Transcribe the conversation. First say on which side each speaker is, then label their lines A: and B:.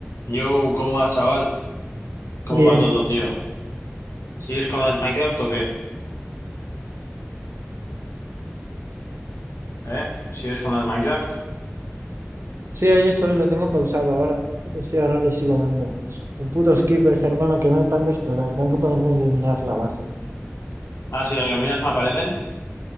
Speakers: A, on the left; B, on the right.
A: Yo, ¿cómo vas, chaval? ¿Cómo
B: Bien,
A: va todo, tío? ¿Sigues con lo del Minecraft o qué? ¿Eh? ¿Sigues con lo del Minecraft?
B: sí, ahí estoy, lo tengo pausado ahora, pero sí, ahora le sigo dando. Los putos creepers, hermano, que no me paran de explotar, tengo que poderme eliminar la base,
A: Ah, si las iluminas no aparecen.